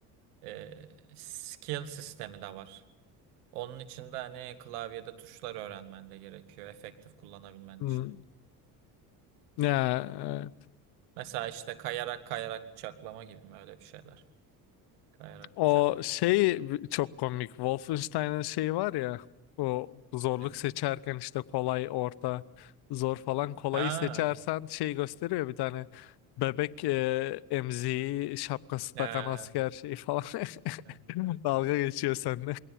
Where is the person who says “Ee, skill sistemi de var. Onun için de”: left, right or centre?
Right